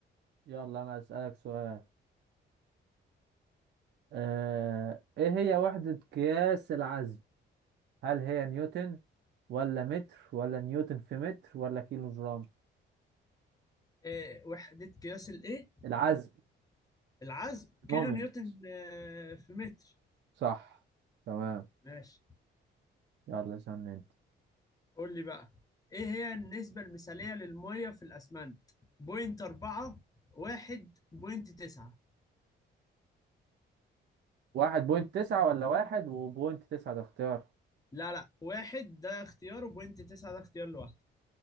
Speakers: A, on the right; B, on the left.
A: يلا انا اسالك سؤال آه، ايه هي وحدة قياس العزم هل هي نيوتن ولا متر ولا نيوتن في متر ولا كيلو جرام
B: آه، وحده قياس الايه
A: العزم
B: العزم كيلو
A: مومنت
B: نيوتن آه، في متر
A: صح تمام
B: ماشي
A: يلا استنى انت
B: قول لي بقى ايه هي النسبة المثالية للمية في الأسمنت بوينت أربعة واحد بوينت تسعة
A: واحد بوينت تسعة ولا واحد وبوينت تسعة ده اختيار
B: لا لا واحد ده اختيار وبوينت تسعة ده اختيار لوحده